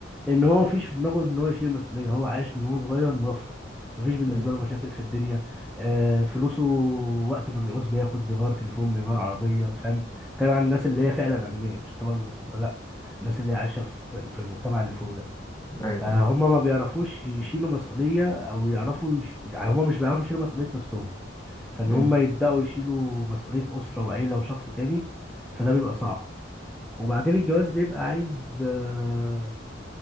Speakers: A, in the centre; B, on the left.
A: لأن هو ما فيش في دماغه إن هو يشيل المسؤولية هو عايش من وهو صغير مرفه ما فيش بالنسبة
B: مم.
A: له مشاكل في الدنيا آه فلوسه وقت ما بيعوز بياخد بيغير تليفون بيغير عربية فاهم كلام عن الناس اللي هي فعلا أغنياء مش الطبقة المتوسطة لا الناس اللي هي عايشة في في المجتمع اللي فوق ده
B: ايوه
A: فهم ما بيعرفوش يشيلوا مسؤولية أو يعرفوا يش... يعني هم مش بيعرفوا يشيلوا مسؤولية نفسهم فإن
B: مم.
A: هم يبدأوا يشيلوا مسؤولية أسرة وعيلة وشخص تاني فده بيبقى صعب وبعدين الجواز بيبقى عايز آه،